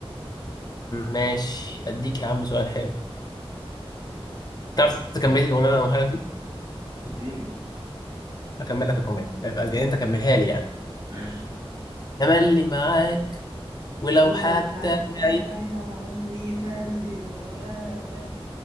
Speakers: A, on the left (about 40°); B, on the right (about 35°).
A: ماشي اديك يا عم سؤال حلو تعرف تكمل لي الاغنيه اللي انا هقولها لك دي
B: اديني
A: اكمل لك الاغنيه يعني انت كملها لي يعني
B: ماشي
A: تملي معاك ولو
B: ولو
A: حتى
B: حتى
A: بعيد
B: بعيد عني فقلبي هواك